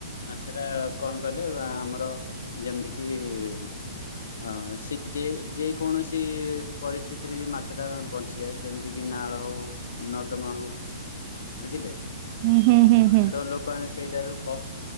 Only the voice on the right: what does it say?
ହୁଁ ହୁଁ ହୁଁ ହୁଁ।